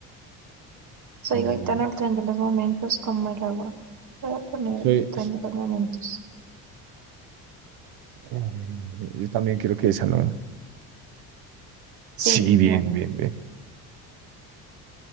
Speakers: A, on the right (about 50°); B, on the right (about 70°).
A: Soy
B: mm,
A: Gaetano, el tren de los momentos, como el agua. Voy a poner
B: soy-
A: el tren
B: s-
A: de los momentos.
B: eh, yo también creo que esa no.
A: Sí,
B: Sí, bien,
A: bien.
B: bien, bien.